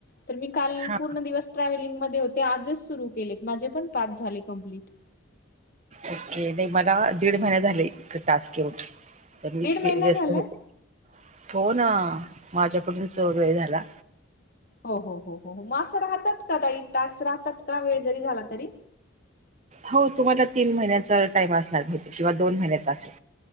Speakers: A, on the left; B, on the right.
A: तर मी काल
B: हा
A: पूर्ण दिवस ट्रॅव्हलिंग मध्ये होते आजच सुरू केलेत माझे पण पाच झाले कमप्लीट.
B: ओके नाही मला दीड महिना झाले टास्क येऊन तर मीच
A: दीड
B: व्यस्त
A: महिना झालाय?
B: होते. हो ना माझ्याकडूनच वेळ झाला.
A: हो हो हो हो हो म असं राहतात का ताई टास्क राहतात का वेळ जरी झाला तरी?
B: हो तुम्हाला तीन महिन्याचा टाइम असणार भेतीे किंवा दोन महिन्याचा असेल.